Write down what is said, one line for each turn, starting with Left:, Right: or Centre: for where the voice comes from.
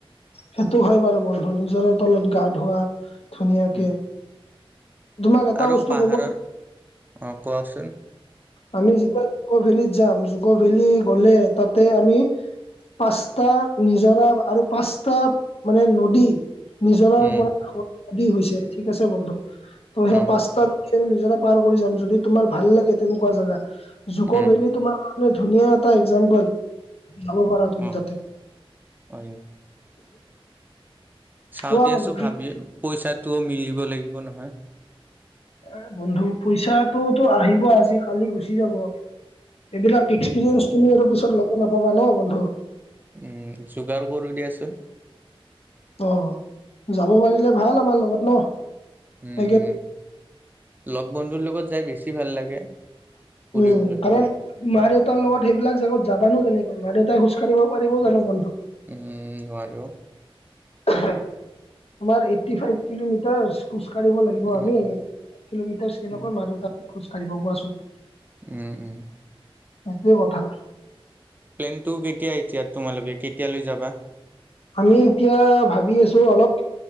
Left: সেইটো হয় বাৰু বন্ধু, নিজৰা তলত গা ধোৱা ধুনীয়াকে
Right: উম।
Left: তোমাক এটা
Right: আৰু
Left: বস্তু
Right: পাহাৰৰ
Left: কব
Right: অ' কোৱাচোন?
Left: আমি যেতিয়া জুকভেলিত যাম জুকভেলি গ'লে তাতে আমি পাঁচটা নিজৰা আৰু পাঁচটা মানে নদী নিজৰাৰ
Right: উম
Left: পৰা হৈছে ঠিক আছে বন্ধু ত' সেইয়া
Right: উম
Left: পাঁচটা চ' নিজৰা পাৰ কৰি যাম, যদি তোমাৰ ভাল লাগে। তেনেকুৱা জেগা জুকৰ
Right: উম
Left: ভেলি তোমাৰ কাৰণে ধুনীয়া এটা এক্সাম্পল। কৰা তুমি
Right: অ
Left: তাতে
Right: হয় নি চাওঁ
Left: কোৱা
Right: দিয়াছোন
Left: বন্ধু কি
Right: ভাবি,
Left: কৈছা?
Right: পইচাটো মিলিব লাগিব নহয়।
Left: এ বন্ধু পইচাটোতো আহিব আজি কালি গুচি যাব। এইবিলাক এক্সপেৰিয়েঞ্চ
Right: অ
Left: তুমি আৰু পিছত ল'ব নাপাবা ন বন্ধু।
Right: উম যোগাৰ কৰো দিয়াচোন।
Left: অহ, যাব পাৰিলে ভাল আমাৰ লগত ন?
Right: উম
Left: একে
Right: উম, লগ বন্ধুৰ লগত যাই বেছি ভাল লাগে। ফুৰিবলৈ
Left: উম কাৰণ মা - দেউতাৰ লগত সেইবিলাক জাগত যাবানো কেনেকৈ? মা - দেউতাই খোজকাঢ়িব পাৰিবও জানো বন্ধু?
Right: উম নোৱাৰেও।
Left: অহ, তোমাৰ এইটটি ফাইভ কিলোমিটাৰছ খোজ কঢ়িব লাগিব
Right: উম
Left: আমি। এক কিলোমিটাৰছ কেনেকুৱা
Right: উম
Left: মা - দেউতা খোজকাঢ়িব কোৱাচোন?
Right: উম উম।
Left: সেইটোৱে কথা।
Right: প্লেনটো কেতিয়া এতিয়াত তোমালোকে কেতিয়ালৈ যাবা?
Left: আমি এতিয়া ভাবি আছো অলপ